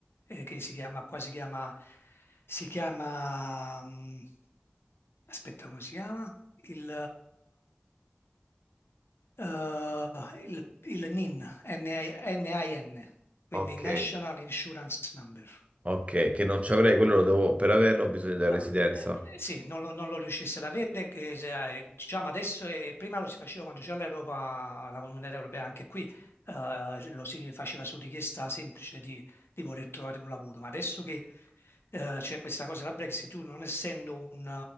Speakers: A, on the left; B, on the right.
A: eh, che si chiama, qua si chiama, si chiama, mm, aspetta come si chiama? Il, eh, il, il NIN, N-I-N, quindi
B: Ok.
A: National Insurance Number.
B: Ok, che non ci avrei, quello lo devo, per averlo ho bisogno della
A: No,
B: residenza.
A: eh, sì, non lo, non lo riuscisse ad avere, che se- eh, diciamo adesso, eh, prima lo si faceva quando c'era l'Europa, la Comunità Europea, anche qui eh, lo si faceva su richiesta semplice di, di voler trovare un lavoro, ma adesso che eh, c'è questa cosa, la Brexit, tu non essendo un, eh,